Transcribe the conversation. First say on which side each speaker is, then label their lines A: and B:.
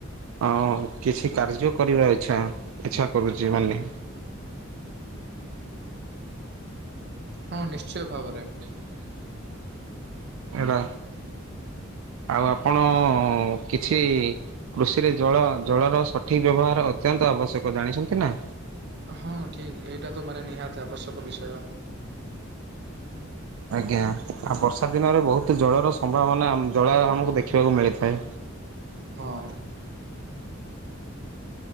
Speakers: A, on the right; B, on the right.
A: ହଁ କିଛି କାର୍ଯ୍ୟ କରିବା ଇଚ୍ଛା ଇଚ୍ଛା କରୁଚି ମାନେ।
B: ହଁ ନିଶ୍ଚୟ ଭାବରେ।
A: <inaudible> ଏରା ଆଉ ଆପଣ କିଛି କୃଷିରେ ଜଳ ଜଳର ସଠିକ ବ୍ୟବହାର ଅତ୍ୟନ୍ତ ଆବଶ୍ୟକ। ଜାଣିଛନ୍ତି ନା?
B: ହଁ ଠିକ ଏଇଟା ତ ମାନେ ନିହାତି ଆବଶ୍ୟକ ବିଷୟ।
A: ଆଜ୍ଞା ଆଉ ବର୍ଷା ଦିନରେ ବହୁତ ଜଳର ସମ୍ଭାବନା ଜଳ ଆମକୁ ଦେଖିବାକୁ ମିଳିଥାଏ।
B: ହଁ।